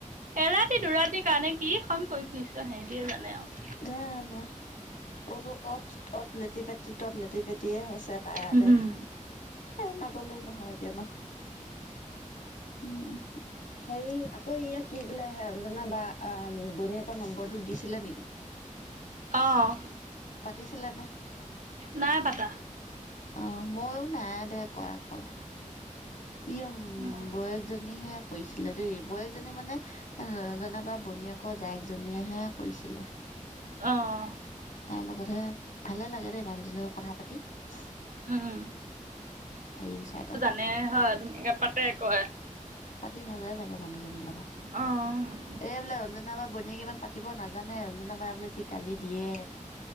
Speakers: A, on the right; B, on the left.
A: এৰাতি দুৰাতিৰ কাৰণে কি খন কৰি ফুৰিছে সেহেঁতিয়ে জানে আৰু।
B: জানো অ'ত অ', অ'ত অ'ত লেটি-পেটি, ত'ত লেটি-পেটিয়ে হৈছে। তাই আহা
A: উম,
B: দে। এ নগ'লেও নহয় এতিয়া ন। উম। হেৰি আকৌ ইয়াত কি বোলে অঞ্জনা বা বনীয়েকৰ নম্বৰটো দিছিলে নেকি?
A: অ'।
B: পাতিছিলে নে?
A: নাই পাতা।
B: অ', ময়ো নাই দে কৰা কল। ই এম
A: উম,
B: বৌয়েকজনীহে কৰিছিলে দেই। বৌয়েকজনী মানে ৰজনা বা বনীয়েকৰ জায়েকজনীয়েহে কৰিছিলে।
A: অ'।
B: তাৰ লগতহে। ভালে লাগে দেই। মানুহজনীৰ লগত কথা পাতি। হেৰি
A: উম,
B: চাইতৰ।
A: মানে হয় ধুনীয়াকে পাতে, কয়।
B: পাতি ভালে লাগে মানুহজনীৰ লগত।
A: অ'।
B: এই বোলে অঞ্জনা বাৰ বনীয়েকে ইমান পাতিব নাজানে। ৰঞ্জনাবাই বোলে যি গালি দিয়ে।